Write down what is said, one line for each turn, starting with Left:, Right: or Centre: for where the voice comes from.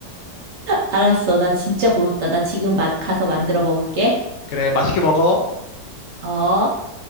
Right: 알았어. 나 진짜 고맙다. 나 지금 마- 가서 만들어 먹을게.
Left: 그래, 맛있게 먹어.
Right: 어?